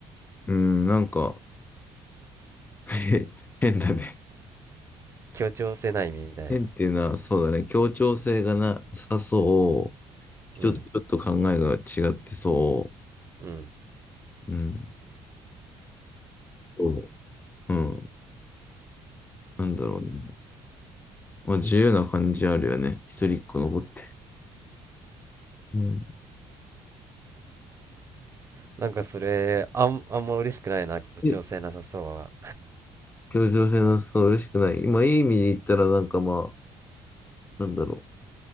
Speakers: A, on the left; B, on the right.
A: うん、なんか、<laughs> へ変だね。
B: 協調性ないみたいな。
A: 変っていうのは、そうだね。協調性がなさそう。人とちょっと考えが違ってそ
B: うん。うん。
A: う。うん。そううん。なんだろうね。まあ、自由な感じあるよね。一人っ子の子って。うん。
B: なんかそれ、あん、あんま嬉しくないな、協調性なさそうは。
A: で、協調性なさそう、嬉しくない。今、いい意味で言ったら、なんかまあ、なんだろう。